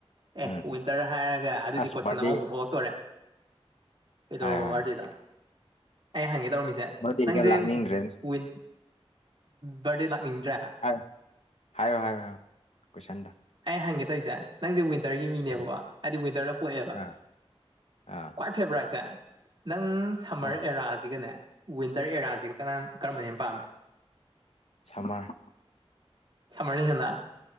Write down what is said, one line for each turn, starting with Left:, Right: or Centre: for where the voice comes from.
Right: ꯑꯦ
Left: ꯎꯝ
Right: ꯋꯤꯟꯇꯔ ꯍꯥꯏꯔꯒ ꯑꯗꯨꯗꯤ
Left: ꯑꯁ
Right: ꯀꯣꯏꯁꯟ
Left: ꯕꯥꯔꯗꯦ
Right: ꯑꯃꯃꯨꯛ ꯊꯣꯛꯂꯛꯇꯣꯔꯦ ꯀꯩꯗꯧꯔꯕ
Left: ꯍꯥꯏꯌꯣ ꯍꯥꯏꯌꯣ
Right: ꯕꯥꯔꯗꯦꯗ ꯑꯩ ꯍꯪꯒꯦ ꯇꯧꯔꯝꯃꯤꯖꯦ
Left: ꯕꯥꯔꯗꯦꯒ
Right: ꯅꯪꯖꯦ
Left: ꯂꯥꯛꯅꯤꯡꯗ꯭ꯔꯦꯗ
Right: ꯋꯤꯟ ꯕꯥꯔꯗꯦ ꯂꯥꯛꯅꯤꯡꯗ꯭ꯔꯦ
Left: ꯍꯥꯏꯌꯣ ꯍꯥꯏꯌꯣ ꯍꯥꯏꯌꯣ ꯍꯥꯏꯌꯣ ꯀꯣꯏꯁꯟꯗꯣ
Right: ꯑꯩ ꯍꯪꯒꯦ ꯇꯧꯏꯖꯦ ꯅꯪꯖꯦ ꯋꯤꯟꯇꯔꯒꯤ ꯃꯤꯅꯦꯕꯀꯣ
Left: ꯎꯝ
Right: ꯍꯥꯏꯗꯤ ꯋꯤꯟꯇꯔꯗ ꯄꯣꯛꯑꯦꯕ
Left: ꯑꯥ ꯑꯥ
Right: ꯈ꯭ꯋꯥꯏ ꯐꯦꯕꯔꯥꯏꯠꯁꯦ ꯅꯪ ꯁꯝꯃꯔ
Left: ꯑꯥ
Right: ꯑꯦꯔꯥꯖꯤꯒꯅꯦ ꯋꯤꯟꯇꯔ ꯑꯦꯔꯥꯖꯤꯒ ꯀꯅꯥꯝ ꯀꯔꯝꯕꯅ ꯍꯦꯟꯅ ꯄꯥꯝꯃꯦ
Left: ꯁꯝꯃꯔ
Right: ꯁꯝꯃꯔꯅ ꯍꯦꯟꯅ